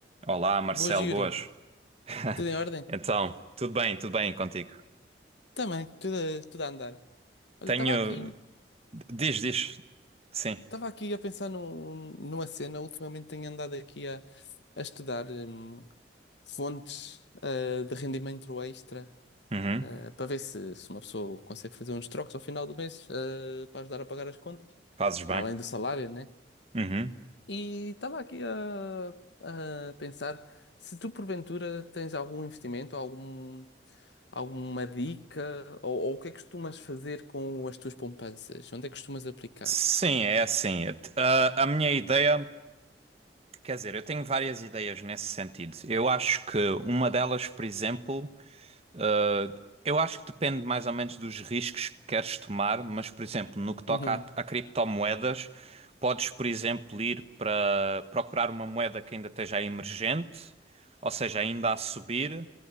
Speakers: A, on the right (about 35°); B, on the left (about 80°).
A: Olá, Marcelo,
B: Boas, Yuri.
A: boas. <laughs>
B: Tudo em ordem?
A: Então, tudo bem, tudo bem contigo?
B: Também, tudo a, tudo a andar. Olha,
A: Tenho.
B: estava aqui,
A: Diz, diz. Sim.
B: estava aqui a pensar num- numa cena. Ultimamente tenho andado aqui a, a estudar hum, fontes ah, de rendimento extra
A: Uhum.
B: ah, para ver se, se uma pessoa consegue fazer uns trocos ao final do mês ah, para ajudar a pagar as contas,
A: Fazes bem.
B: para além do salário, né?
A: Uhum.
B: E estava aqui a, a pensar se tu porventura tens algum investimento, algum, alguma dica, ou, ou o que é que costumas fazer com as tuas poupanças? Onde é que costumas aplicar?
A: Sim, é assim. A, a minha ideia. Quer dizer, eu tenho várias ideias nesse sentido. Eu acho que uma delas, por exemplo. Uh, Eu acho que depende mais ou menos dos riscos que queres tomar, mas, por exemplo, no que toca
B: Uhum,
A: a, a criptomoedas, podes, por exemplo, ir para procurar uma moeda que ainda esteja emergente, ou seja, ainda a subir,